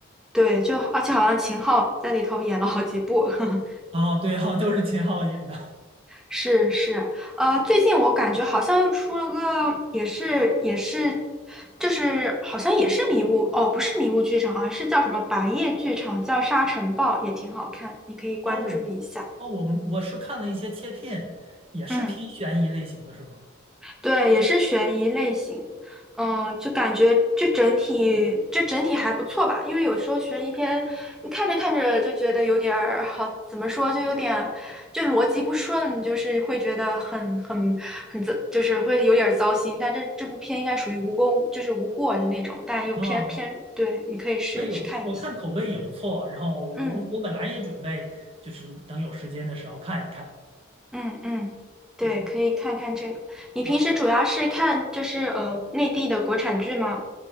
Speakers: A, in the centre; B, on the right (about 30°).
A: 对，就而且好像秦昊在里头演了好几部，<laughs>
B: 啊，对，好像都是秦昊演的。
A: 是是，呃，最近我感觉好像又出了个，也是也是，就是好像也是迷雾，哦，不是迷雾剧场，好像是叫什么白夜剧场，叫《沙尘暴》，也挺好看，你可以关注一下。
B: 哦哦，我们我是看了一些切片，也是偏悬疑类型的，
A: 嗯。
B: 是吗？
A: 对，也是悬疑类型，嗯，就感觉就整体就整体还不错吧，因为有时候悬疑片你看着看着就觉得有点儿好，怎么说就有点就逻辑不顺，就是会觉得很很很糟，就是会有点儿糟心。但这这部片应该属于无功，就是无过的那种，但又偏偏对，
B: 啊，
A: 你可以试一试看一下。
B: 还有我看口碑也不错，然后我我本来也准备就是等有时间的时候看一看，
A: 嗯嗯嗯，对，
B: 嗯
A: 可以看看这个。你平时主要是看就是呃内地的国产剧吗？
B: 啊